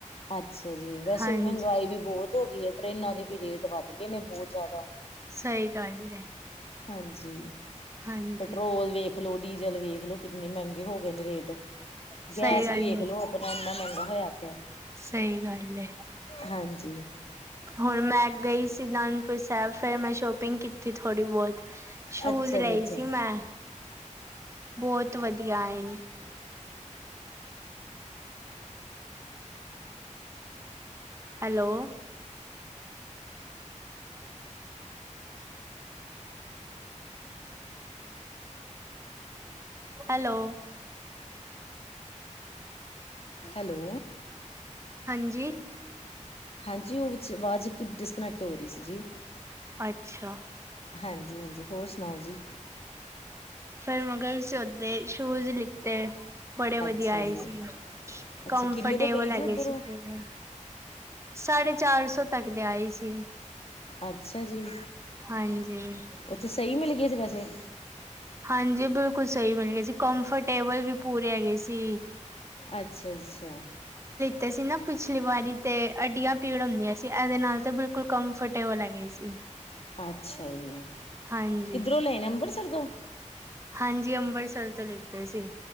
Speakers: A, on the left; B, on the right.
A: ਅੱਛਾ ਜੀ ਵੈਸੇ
B: ਹਾਂਜੀ।
A: ਵੀ ਮਹਿੰਗਾਈ ਵੀ ਬਹੁਤ ਹੋ ਗਈ ਏ ਟਰੇਨਾਂ ਦੇ ਵੀ ਰੇਟ ਵੱਧ ਗਏ ਨੇ ਬਹੁਤ ਜ਼ਿਆਦਾ
B: ਸਹੀ ਗੱਲ ਏ।
A: ਹਾਂਜੀ
B: ਹਾਂਜੀ
A: ਪੈਟਰੋਲ ਵੇਖ ਲੋ ਡੀਜ਼ਲ ਵੇਖ ਲੋ ਕਿਤਨੇ ਮਹਿੰਗੇ ਹੋ ਗਏ ਨੇ ਰੇਟ
B: ਸਹੀ
A: ਗੈਸ
B: ਗੱਲ
A: ਹੀ ਵੇਖਲੋ
B: ਏ।
A: ਆਪਣਾ ਇੰਨਾ ਮਹਿੰਗਾ ਹੋਇਆ ਪਿਆ।
B: ਸਹੀ ਗੱਲ ਏ
A: ਹਾਂਜੀ,
B: ਹੁਣ ਮੈਂ ਗਈ ਸੀ। ਅਨੰਦਪੁਰ ਸਾਹਿਬ ਫਿਰ ਮੈਂ ਸ਼ੋਪਿੰਗ ਕੀਤੀ ਥੋੜ੍ਹੀ ਬਹੁਤ। ਸ਼ੂਜ
A: ਅੱਛਾ ਜੀ
B: ਲਏ
A: ਅੱਛਾ।
B: ਸੀ ਮੈਂ। ਬਹੁਤ ਵਧੀਆ ਆਏ ਨੇ। ਹੈਲੋ। ਹੈਲੋ।
A: ਹੈਲੋ।
B: ਹਾਂਜੀ।
A: ਹਾਂਜੀ ਉਹ ਵਿੱਚ ਆਵਾਜ਼ ਡਿਸਕਨੈਕਟ ਹੋ ਰਹੀ ਸੀ ਜੀ।
B: ਅੱਛਾ।
A: ਹਾਂਜੀ ਹਾਂਜੀ ਹੋਰ ਸੁਣਾਓ ਜੀ।
B: ਫੇਰ ਮਗਰ ਸੌਦੇ ਸ਼ੂਜ ਲਿੱਤੇ। ਬੜੇ
A: ਅੱਛਾ
B: ਵਧੀਆ ਆਏ
A: ਜੀ,
B: ਸੀ
A: ਅੱਛਾ
B: ਕੰਮਫਰਟੇਬਲ
A: ਕਿੰਨੇ ਦੇ ਪਏ
B: ਹੈ
A: ਜੀ ਉੱਧਰ
B: ਗਏ ਸੀ
A: ਉਹ?
B: ਪੂਰੇ। ਸਾਢੇ ਚਾਰ ਸੌ ਤੱਕ ਦੇ ਆਏ ਸੀ।
A: ਅੱਛਾ ਜੀ
B: ਹਾਂਜੀ
A: ਉੱਥੇ ਸਹੀ ਮਿਲ ਗਏ ਸੀ ਵੈਸੇ।
B: ਹਾਂਜੀ ਬਿਲਕੁਲ ਸਹੀ ਮਿਲ ਗਏ ਸੀ ਕੰਨਫਰਟੇਬਲ ਵੀ ਪੂਰੇ ਹੈਗੇ ਸੀ।
A: ਅੱਛਾ-ਅੱਛਾ।
B: ਤੇ ਸੀ ਨਾ ਪਿਛਲੀ ਵਾਰੀ ਤੇ ਅੱਡੀਆਂ ਪੀੜ ਹੁੰਦੀਆਂ ਸੀ ਇਹਦੇ ਨਾਲ ਤੇ ਬਿਲਕੁਲ ਕੰਫਰਟੇਬਲ ਹੈਗੇ ਸੀ।
A: ਅੱਛਾ ਜੀ,
B: ਹਾਂਜੀ
A: ਕਿੱਧਰੋਂ ਲਏ ਨੇ ਅੰਬਰਸਰ ਤੋਂ।
B: ਹਾਂਜੀ, ਅੰਮ੍ਰਿਤਸਰ ਤੋਂ ਲਿੱਤੇ ਸੀ।